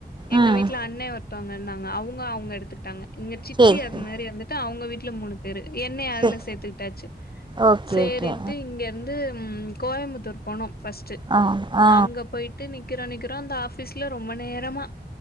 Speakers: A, on the left; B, on the right.
A: எங்க
B: ம்
A: வீட்ல அண்ண ஒருத்தவங்க இருந்தாங்க அவங்க அவங்க எடுத்துக்கிட்டாங்க இங்க
B: சரி
A: த்தி அது
B: சரி
A: மாரி வந்துட்டு அவங்க வீட்ல மூணு பேரு என்னய
B: சரி
A: அதுல சேத்துக்கிட்டாச்சு
B: ஓகே
A: சரின்னுட்டு
B: ஓகே
A: இங்க வந்து கோயம்புத்தூர் போனோ பர்ஸ்ட்
B: ஆ ஆ
A: அங்க போயிட்டு நிக்றோ நிக்றோ அந்த ஆபிஸ்ல ரொம்ப நேரமா